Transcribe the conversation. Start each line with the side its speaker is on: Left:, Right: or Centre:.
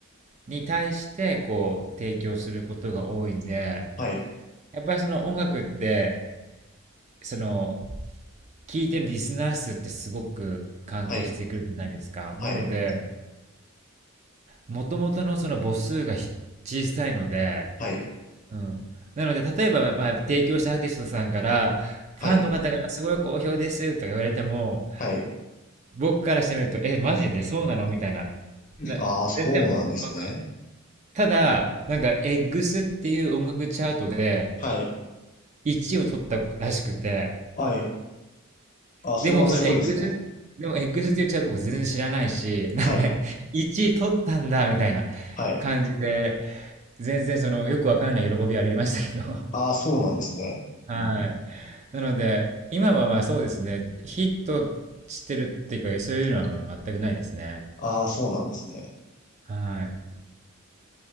Right: に対して、こう、提供することが多いんで、
Left: はい、
Right: やっぱりその音楽って、その聞いてるリスナー数ってすごく関係してくるじゃないですか。
Left: はい、はい、
Right: なので、もともとのその母数がひ小さいので、
Left: はい、
Right: うん。なので、例えば、まあまあ、提供したアーティストさんから、ファンの方からすごい好評ですとか言われても、
Left: はい、はい。
Right: 僕からしてみると、え、マジでそうなのみたいな。な、
Left: ああ、そうなんですね。
Right: 全然、なんか、ただ、なんか、エッグスっていう音楽チャートで
Left: はい、
Right: 1位を取ったらしくて、
Left: はい。ああ、それはすごいですね。
Right: でも、そのエッグス、でもエッグスって言っちゃうと僕全然知らないし、<laughs> なんか
Left: はい、
Right: 1位取ったんだみたいな
Left: はい。
Right: 感じで、全然そのよくわかんない喜びはありましたけど。
Left: ああ、そうなんですね。
Right: はい。なので、今はまあそうですね、ヒットしてるっていうか、そういうのは全くないですね。
Left: ああ、そうなんですね。
Right: はい。